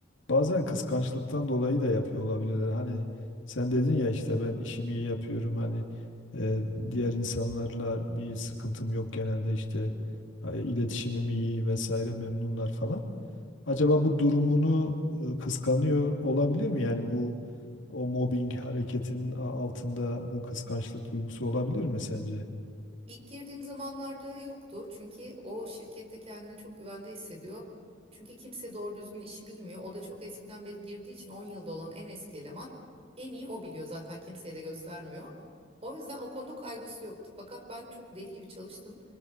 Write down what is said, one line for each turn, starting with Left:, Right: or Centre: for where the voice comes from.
Left: bazen kıskançlıktan dolayı da yapıyor olabilirler. Hani sen dedin ya işte ben işimi iyi yapıyorum hani e, diğer insanlarla bir sıkıntım yok genelde işte e, iletişimim iyi vesaire memnunlar falan. Acaba bu durumunu e, kıskanıyor olabilir mi? Yani bu o mobbing hareketinin a- altında bu kıskançlık duygusu olabilir mi sence?
Right: İlk girdiğim zamanlarda yoktu çünkü o şirkette kendini çok güvende hissediyor. Çünkü kimse doğru düzgün işi bilmiyor. O da çok eskiden beri girdiği için 10 yılda olan en eski eleman en iyi o biliyor zaten kimseye de göstermiyor. O yüzden o konuda kaygısı yoktu. Fakat ben çok deli gibi çalıştım